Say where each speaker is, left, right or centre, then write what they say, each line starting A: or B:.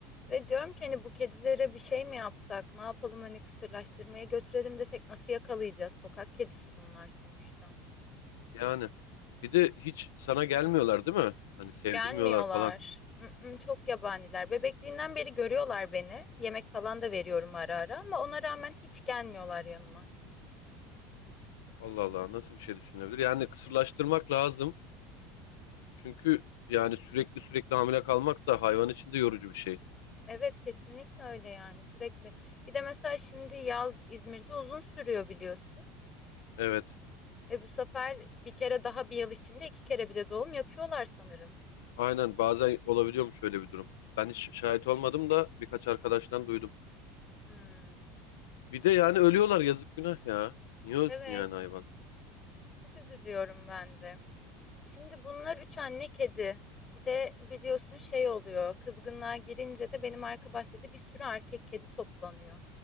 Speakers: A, on the left (about 30°); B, on the left (about 80°).
A: Ve diyorum ki hani bu kedilere bir şey mi yapsak? Ne yapalım hani kısırlaştırmaya götürelim desek nasıl yakalayacağız? Sokak kedisi bunlar sonuçta.
B: Yani bir de hiç sana gelmiyorlar değil mi? Hani sevdirmiyorlar
A: Gelmiyorlar.
B: falan.
A: Mm-mm, çok yabaniler. Bebekliğinden beri görüyorlar beni. Yemek falan da veriyorum ara ara ama ona rağmen hiç gelmiyorlar yanıma.
B: Allah Allah nasıl bir şey düşünülebilir? Yani kısırlaştırmak lazım. Çünkü yani sürekli sürekli hamile kalmak da hayvan için de yorucu bir şey.
A: Evet kesinlikle öyle yani sürekli. Bir de mesela şimdi yaz İzmir'de uzun sürüyor biliyorsun.
B: Evet.
A: E bu sefer bir kere daha bir yıl içinde iki kere bile doğum yapıyorlar sanırım.
B: Aynen bazen olabiliyormuş öyle bir durum. Ben hiç şahit olmadım da birkaç arkadaştan duydum.
A: Hmm.
B: Bir de yani ölüyorlar yazık günah ya. Niye ölsün
A: Evet.
B: yani hayvan?
A: Çok üzülüyorum ben de. Şimdi bunlar üç anne kedi. Bir de biliyorsun şey oluyor. Kızgınlığa girince de benim arka bahçede bir sürü erkek kedi toplanıyor.